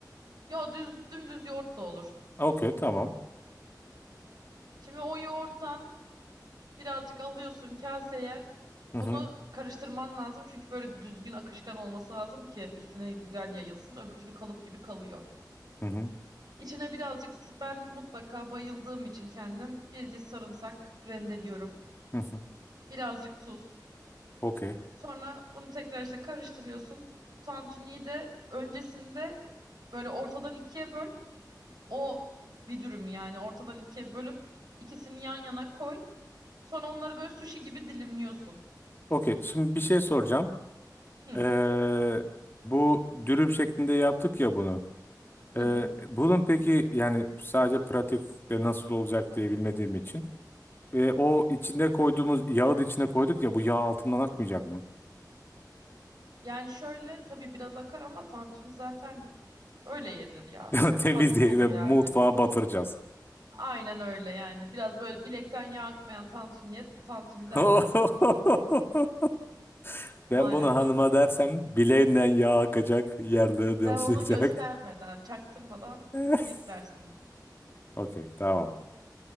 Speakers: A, on the right (about 65°); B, on the left (about 30°).
A: Ya düz dümdüz yoğurt da olur.
B: Okey. Tamam.
A: Şimdi o yoğurttan birazcık alıyorsun kaseye.
B: Hı
A: Bunu
B: hı.
A: karıştırman lazım çünkü böyle düzgün akışkan olması lazım ki üstüne güzel yayılsın. Öbür türlü kalıp gibi kalıyor.
B: Hı hı.
A: İçine birazcık s- ben mutlaka bayıldığım için kendim bir diş sarımsak rendeliyorum.
B: Hı hı.
A: Birazcık tuz.
B: Okey.
A: Sonra bunu tekrar işte karıştırıyorsun. Tantuniyi de öncesinde böyle ortadan ikiye böl. O bir dürüm yani ortadan ikiye bölüp ikisini yan yana koy. Sonra onları böyle sushi gibi dilimliyorsun.
B: Okey. Şimdi bir şey soracağım.
A: Hı.
B: Ee, bu dürüm şeklinde yaptık ya bunu.
A: Hı
B: Ee,
A: hı.
B: bunun peki yani sadece pratikte nasıl olacak diye bilmediğim için. Ee, o içinde koyduğumuz yağı da içine koyduk ya bu yağ altından akmayacak mı?
A: Yani şöyle tabii biraz akar ama tantuni zaten öyle yenir ya.
B: <laughs> Temizliği
A: Hakkı odur
B: ve mutfağa
A: yani.
B: batıracağız.
A: Aynen öyle yani. Biraz böyle bilekten yağ akmayan tantuniye tantuni
B: <laughs>
A: denmez
B: Ben
A: maalesef.
B: bunu hanıma dersem bileğinden yağ akacak, yerlere de
A: Sen
B: olmayacak.
A: onu göstermeden, çaktırmadan
B: <laughs>
A: eklersin.
B: Okey, tamam.